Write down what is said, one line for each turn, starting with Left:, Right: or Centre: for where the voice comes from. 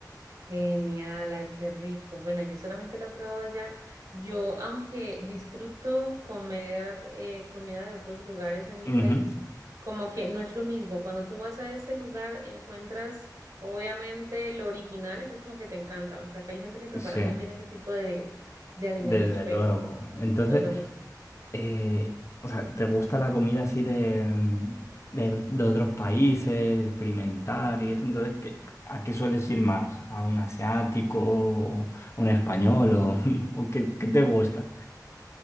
Right: Genial, ay, qué rico. Bueno, yo solamente la he probado allá. Yo, aunque disfruto comer eh, comida de otros lugares en mi
Left: Ujú.
Right: país, como que
Left: Sí,
Right: no es lo mismo. Cuando tú vas a ese lugar, encuentras obviamente lo original, entonces como que te encanta, aunque acá hay gente que prepara
Left: sí,
Right: muy bien ese tipo de, de alimentos,
Left: desde
Right: pero
Left: luego. Entonces,
Right: no es lo mismo.
Left: eh, o sea, ¿te gusta la comida así de, mm, de, de otros países, experimentar y eso? Entonces, ¿qué- ¿a qué sueles ir más? ¿A un asiático, o a un español o, <laughs> o qué, qué te gusta?